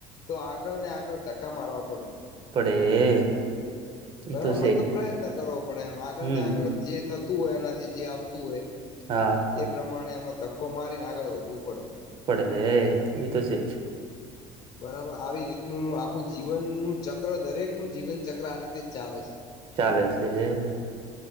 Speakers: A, on the left; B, on the right.
A: તો આગળ ને આગળ ધક્કા મારવા પડે
B: અ પડે
A: બરાબર
B: એ તો સેજ
A: મતલબ પ્રયત્ન કરવો પડે એમ આગળ
B: હમ
A: ને આગળ જે થ ું હોય એનાથી જે આવતું હોય
B: હા
A: એ પ્રમાણે એમાં ધક્કો મારીને આગળ વધવું પડે
B: પડે એ તો છેજ
A: બરાબર આવી રીતનું આખું જીવન જીવન નું ચક્ર દરેક નું જીવન ચક્ર આ રીતે જ ચાલે છે
B: ચાલે છે